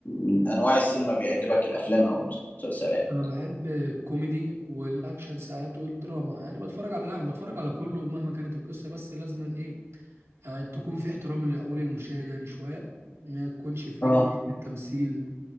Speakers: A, on the left; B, on the right.
A: من انواع السينما بيعجبك الافلام او المسلسلات
B: انا بحب الكوميدي والاكشن ساعات والدراما يعني بتفرج على لا انا بتفرج على كله مهما كانت القصة بس لازما ايه آه تكون في احترام لعقول المشاهد يعني شوية ما يكونش في
A: اه
B: اوفر في التمثيل